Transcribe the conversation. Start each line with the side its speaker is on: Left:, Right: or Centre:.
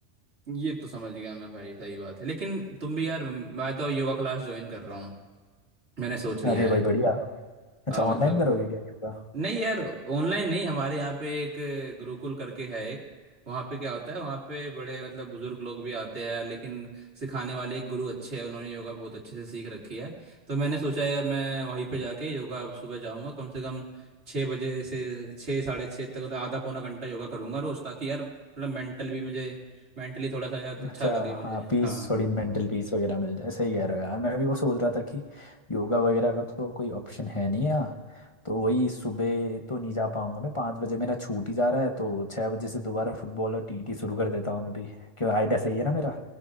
Right: ये तो समझ गया मैं भाई सही बात है लेकिन तुम भी यार मैं तो योगा क्लास ज्वाइन कर रहा हूँ मैंने सोच लिया
Left: अरे भाई
Right: है
Left: बढ़िया अच्छा
Right: हाँ
Left: ऑनलाइन
Right: मतलब
Left: करोगे क्या योगा
Right: नहीं यार ऑनलाइन नहीं हमारे यहाँ पे एक गुरुकुल करके है एक वहाँ पे क्या होता है वहाँ पे बड़े मतलब बुजुर्ग लोग भी आते हैं लेकिन सिखाने वाले एक गुरु अच्छे हैं उन्होंने योगा बहुत अच्छे से सीख रखी है तो मैंने सोचा है मैं वहीं पे जाके योगा अब सुबह जाऊँगा कम से कम छः बजे से छः साढ़े छः तक मतलब आधा पौना घंटा योगा करूँगा रोज़ ताकि यार थोड़ा मेंटल भी मुझे मेंटली थोड़ा सा यार अच्छा
Left: अच्छा
Right: लगे मुझे
Left: हाँ पीस
Right: हाँ
Left: थोड़ी मेंटल पीस वगैरह मिल जाए सही कह रहे हो यार मैं भी वो सोच रहा था कि योगा वगैरह का तो कोई ऑप्शन है नहीं यहाँ तो वही सुबह तो नहीं जा पाऊंगा मैं पाँच बजे मेरा छूट ही जा रहा है तो छः बजे से दोबारा फुटबॉल और टीटी शुरू कर देता हूँ मैं भी क्यों आइडिया सही है ना मेरा